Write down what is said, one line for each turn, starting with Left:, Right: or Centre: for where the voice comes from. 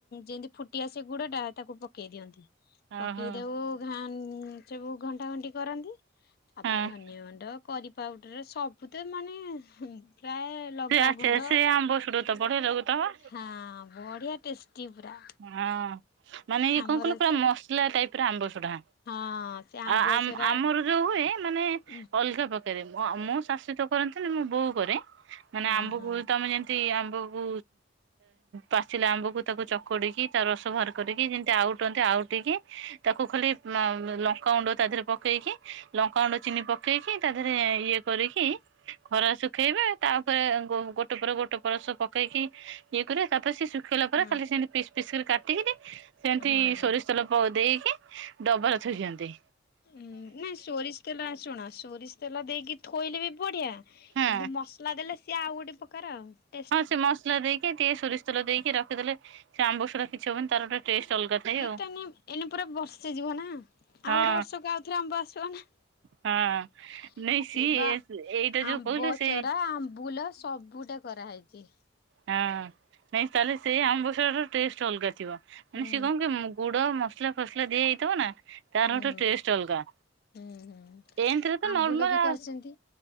Left: ଯେମିତି ଫୁଟିଆ ସେ ଗୁଡ ଟା ତାକୁ ପକେଇ ଦିଅନ୍ତି।
Right: ଓହୋ
Left: ପକେଇଦବୁ ଘା ସବୁ ଘଣ୍ଟା ଘଣ୍ଟି କରନ୍ତି। ତାପରେ
Right: ହଁ
Left: ଧନିଆ ଗୁଣ୍ଡ କରିପଉଡର ସବୁ ତ ମାନେ ପ୍ରାୟ ଲଙ୍କାଗୁଣ୍ଡ
Right: ସେ ଆ ସ୍ ଆମ ବସୁଡୁ ତ ବଢ଼ିଆ ଲାଗୁ ଥିବ?
Left: ହଁ ବଢ଼ିଆ ଟେଷ୍ଟି ପୁରା।
Right: ହଁ ମାନେ ଇଏ
Left: ଆମର
Right: କଣ କହିଲୁ ପୁରା
Left: ସେ
Right: ମସଲା ଟାଇପ ର ଆମ୍ବ ସଡା।
Left: ହଁ ସେ ଆମ୍ବ
Right: ଆ ଆ
Left: ସରା
Right: ଆମର ଯୋଉ ହୁଏ ମାନେ
Left: ହୁଁ
Right: ଅଲଗା ପକା ମୁଁ ଶାଶିତ କରନ୍ତିନି ମୁଁ ବୋଉ କରେ ମାନେ
Left: ହଁ
Right: ଆମ୍ବ
Left: ହଁ
Right: ତମେ ଯେମି ଆମ୍ବକୁ ପାଚିଲା ଆମ୍ବକୁ ତାକୁ ଚକଠିକ୍ କୋରିକି ତା ରସ ବାହାର କରିକି ଯେମିତି ଆଉଟନ୍ତି ଆଉଠିକି ତାକୁ ଖାଲି ଲ ଲଙ୍କାଗୁଣ୍ଡ ତା ଦେହରେ ପକେଇକି ଲଙ୍କାଗୁଣ୍ଡ ଚିନି ପକେଇକି ତା ଦେହରେ ଇଏ କରିକି ଖରା ଶୁଖେଇବେ ତାପରେ ଗୋଟେ ପରେ ଗୋଟେ ପରସ ପକେଇକି ଇଏ କର ତାପରେ ସେ ଶୁଖେଇଲା ପରେ
Left: ହଁ
Right: ଖାଲି ସେ ପିସ୍ ପିସ୍ କରି କାଟିକି ସେମତି
Left: ହଁ।
Right: ସୋରିଷ ତେଲ ପ ଦେଇକି ଡବାରେ ଥୋଇଦିଅନ୍ତି।
Left: ହଁ ନାଇଁ ସୋରିଷ ତେଲ ଶୁଣ ସୋରିଷ ତେଲ ଦେଇକି ଥୋଇଲେ ବି ବଢିଆ କିନ୍ତୁ
Right: ହଁ
Left: ମସଲା ଦେଲେ ସିଏ ଆଉ ଗୋଟେ ପ୍ରକାର ଆ
Right: ହଁ ସେ ମସଲା ଦେଇକି ଟିକେ ସୋରିଷ ତେଲ ଦେଇକି ରଖିଦଲେ ସେ ଆମ୍ବ ସୁୁରା କିଛି ହବନି ତାର ଗୋଟେ ଟେଷ୍ଟ ଅଲଗା ଥାଏ
Left: ଇଏଟ
Right: ଆଉ
Left: ଏନ ପୁରା ବର୍ଷେ ଯିବ ନା ଆଉ
Right: ହଁ
Left: ଗୋଟେ ବର୍ଷକୁ ଆଉଥରେ ଆମ୍ବ ଆସିବ ନା?
Right: ହଁ
Left: ସେ
Right: ନାଇଁ ସିଏ
Left: ବା
Right: ଏଇଟା ଯୋଉ
Left: ଆମ୍ବ
Right: କହିଲୁ ସେ
Left: ସରା ଆମ୍ବୁଲ ସବୁଟା କରା ହେଇଛି।
Right: ହଁ ନାଇଁ ତାହେଲେ ସେ ଆମ୍ବସଡାର ଟେଷ୍ଟ ଅଲଗା ଥିବ। ମାନେ
Left: ହୁଁ
Right: ସିଏ କଣ କି ଗୁଡ ମସଲା ଫସଲା ଦିଆ ହେଇଥିବ ନା ତାର
Left: ହୁଁ
Right: ଗୋଟେ ଟେଷ୍ଟ ଅଲଗା।
Left: ହୁଁ ହୁଁ
Right: ଏମିତି ରେ ତ
Left: ଆମ୍ବୁଲ
Right: ନର୍ମାଲ
Left: ବି କରିଛନ୍ତି।